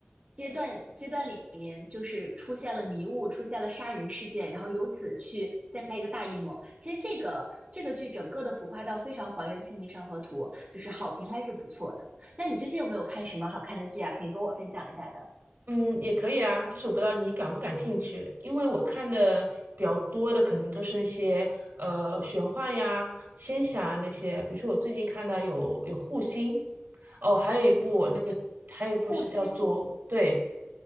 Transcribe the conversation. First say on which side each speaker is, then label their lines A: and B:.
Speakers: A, on the right; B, on the right.
A: 阶段阶段里面，就是出现了迷雾，出现了杀人事件，然后由此去掀开一个大阴谋。其实这个这个剧整个的浮夸到非常还原《清明上河图》，就是好评还是不错的。那你最近有没有看什么好看的剧啊？可以和我分享一下的。
B: 嗯，也可以啊，就是我不知道你感不感兴趣，因为我看的比较多的可能都是那些呃玄幻呀、仙侠啊那些，比如说我最近看到有有护心，哦，还有一部那个还有一部是叫做对，
A: 护心